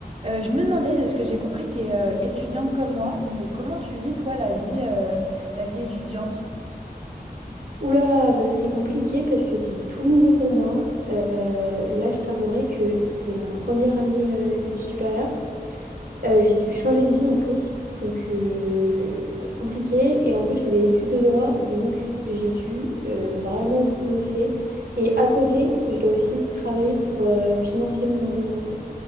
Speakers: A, on the right; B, on the right.
A: Euh, je me demandais, de ce que j'ai compris, t'es es étudiante comme moi, mais comment tu vis, toi, la vie, euh, la vie étudiante?
B: Oula, bah ça c'est compliqué parce que c'est tout nouveau pour moi. Euh, là, je t'avouerai que c'est la première année euh, d'études supérieures. Euh, j'ai dû changer de ville en plus, donc euh, compliqué. Et en plus, je fais des études de droit, donc j'ai dû euh, vraiment bosser. Et à côté, je dois aussi travailler pour euh, financer mon,